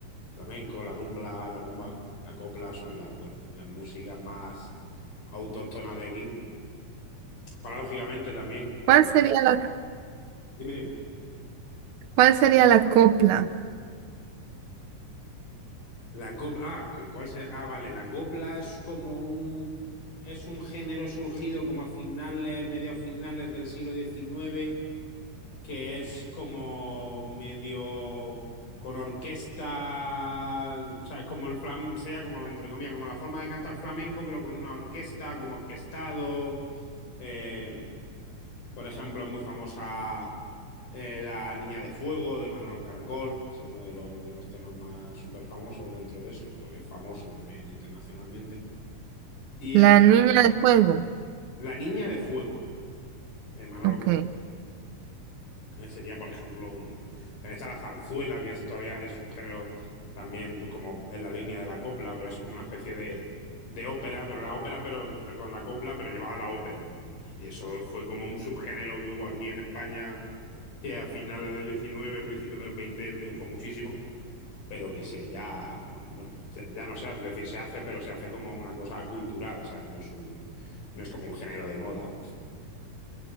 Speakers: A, on the left; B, on the right.
A: flamenco, la rumba, la rumba, la copla son las, bueno, las músicas más autóctonas de aquí. Paradójicamente también, como,
B: ¿Cuál sería la,
A: dime, dime,
B: cuál sería la copla?
A: la copla, ah, que- ¿cuál sería? Ah, vale, la copla es como un, es un género surgido como a finales, mediados finales del siglo diecinueve. que es como medio con orquesta, o sea, es como el flam, sería como, entre comillas, como la forma de cantar flamenco, pero con una orquesta, como orquestado. Eh, por ejemplo, es muy famosa eh, La Niña de Fuego de Manolo Caracol, ese es uno de los, de los temas más súper famosos dentro de eso, porque es famoso también internacionalmente. Y
B: La
A: es
B: niña de fuego.
A: La Niña de Fuego de Manolo
B: Ok.
A: Eh, Sería, por ejemplo, un... También está la zarzuela, que es, todavía es un género también como en la línea de la copla, pero es como una especie de, de ópera, pero la ópera, pero, perdón, la copla, pero llevada a la ópera, ¿no? Y eso fue como un subgénero que hubo aquí en España, que a finales del 19, principios del 20 triunfó muchísimo, pero que se ya, bueno, no, ya no se hace, es decir, se hace, pero se hace como una cosa cultural, ¿sabes? No es un, no es como un género de moda.